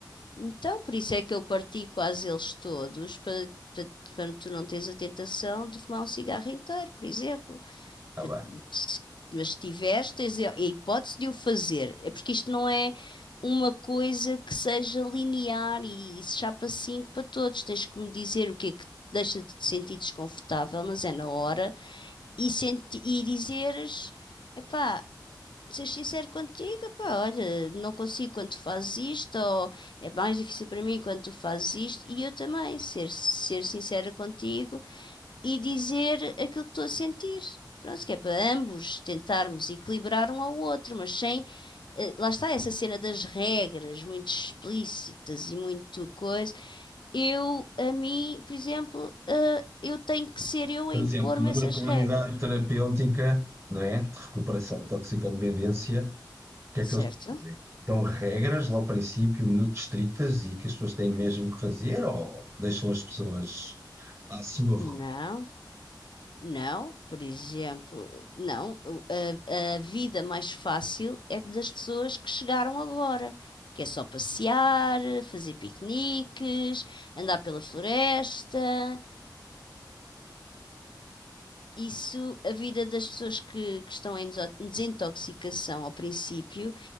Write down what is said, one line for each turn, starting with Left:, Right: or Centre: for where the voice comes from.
Left: Então, por isso é que eu parti quase eles todos, para, para, para tu não teres a tentação de fumar um cigarro inteiro, por exemplo.
Right: Tá
Left: Pa-
Right: bem.
Left: se- Mas se tiveres, tens a a hipótese de o fazer. É porque isto não é uma coisa que seja linear e se chapa 5 para todos. Tens que me dizer o que é que te deixa de te sentir desconfortável, mas é na hora, e, senti e dizeres, epá ser sincero contigo, pá, olha, não consigo quando tu fazes isto, ou é mais difícil para mim quando tu fazes isto, e eu também, ser, ser sincera contigo e dizer aquilo que estou a sentir. Pronto, que é para ambos tentarmos equilibrar um ao outro, mas sem. eh, Lá está essa cena das regras muito explícitas e muito coisa. Eu, a mim, por exemplo, eh, eu tenho que ser eu a
Right: Por
Left: impor-me
Right: exemplo, numa
Left: essas
Right: comunidade
Left: regras,
Right: terapêutica, não é? De recuperação de toxicodependência, o que é
Left: certo?
Right: que eles fazem? Dão regras lá ao princípio muito estritas e que as pessoas têm mesmo que fazer ou deixam as pessoas à sua vontade?
Left: Não, Não, por exemplo, não. o- A, a vida mais fácil é das pessoas que chegaram agora, que é só passear, fazer piqueniques, andar pela floresta. Isso, a vida das pessoas que, que estão em deso- desintoxicação ao princípio